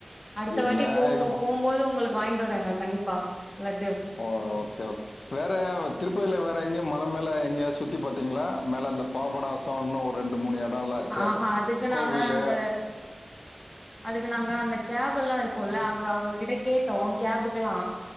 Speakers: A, on the left; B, on the left.
A: அடுத்த
B: என்ன
A: வாட்டி போ
B: இது ப-
A: போகும்போது உங்களுக்கு வாங்கிட்டு வரங்க கண்டிப்பா லட்டு.
B: ஓ ஓகே கே வேற திருப்பதியில வேற எங்கயு மல மேல ங்க சுத்தி பாத்தீங்களா மேல இந்த பாபநாசம் இன்ன ஒரு ரெண்டு மூணு எடல்லா இருக்கே
A: ஆஹா அதுக்கு
B: கோவில்லு
A: நாங்க அந்த அதுக்கு நாங்க அந்த கேபெல்லா இருக்கோல்ல அங்க அவங்ககிட்ட கேட்டோ கேபுக்குல்லா